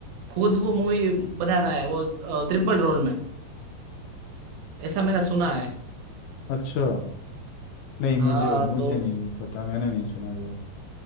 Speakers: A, on the right (about 70°); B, on the left (about 75°).
A: खुद वो मूवी बना रहा है वो अ, ट्रिपल रोल में ऐसा मैंने सुना है
B: अच्छा नहीं मुझे
A: हाँ
B: मुझे
A: तो
B: नहीं पता मैंने नहीं सुना ये